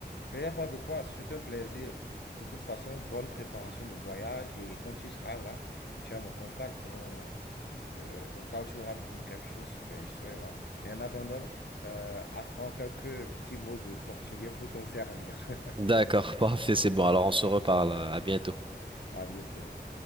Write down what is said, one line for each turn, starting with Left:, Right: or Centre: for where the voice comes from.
Left: Il n'y a pas de quoi, ce fut un plaisir. De toute façon, bonne préparation de voyage et quand tu seras là, tu as mon contact. On, euh, au cas où tu auras besoin de quelque chose, ben, je serai là. Mais en attendant, euh, apprends quelques petits mots de portugais pour t'en servir. <laughs>
Right: D'accord, <laughs> parfait, c'est bon. Alors on se reparle. À bientôt.
Left: À bientôt.